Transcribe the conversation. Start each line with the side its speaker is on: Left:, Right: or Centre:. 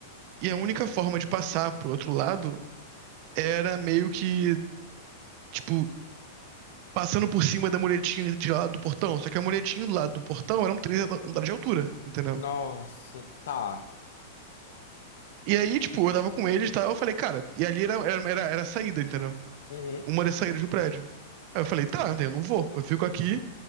Right: E a única forma de passar pro outro lado era meio que, tipo, passando por cima da muretinha de lá do portão. Só que a muretinha do lado do portão eram três andares de altura, entendeu?
Left: Nossa, tá.
Right: E aí, tipo, eu tava com eles e tal. Eu falei, cara, e ali era, era, era, era a saída, entendeu?
Left: Uhum,
Right: Uma das saídas do prédio. Aí eu falei, tá, eu não vou. Eu fico aqui